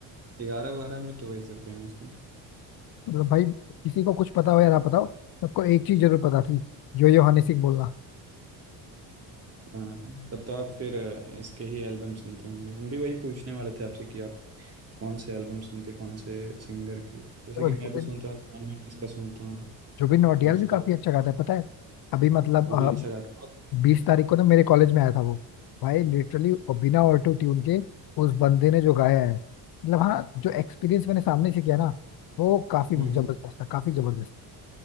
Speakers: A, on the right; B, on the left.
A: ग्यारह बारह में तो वही सब फेमस था
B: मतलब भाई किसी को कुछ पता हो या ना पता हो सबको एक चीज जरूर पता थी यो यो हनी सिंह बोलना
A: हाँ तब तो आप फिर अ, इसके ही एल्बम सुनते होंगे हम भी वही पूछने वाले थे आपसे कि आप कौन से एल्बम सुनते कौन से सिंगर के जैसे
B: देखो,
A: कि
B: जुबिन
A: मैं भी सुनता हूँ जॉन मेंडिस का सुनता हूँ
B: जुबिन नौटियाल
A: फिर उसके
B: भी काफी
A: बाद
B: अच्छा गाता है पता है अभी मतलब
A: वो भी अच्छा गाता है
B: बीस तारीख को ना मेरे कॉलेज में आया था वो भाई लिटरली बिना ऑटो ट्यून के उस बंदे ने जो गाया है मतलब हाँ जो एक्सपीरियंस मैंने सामने से किया ना वो काफी
A: हम्म
B: जबरदस्त
A: हम्म।
B: था काफी जबरदस्त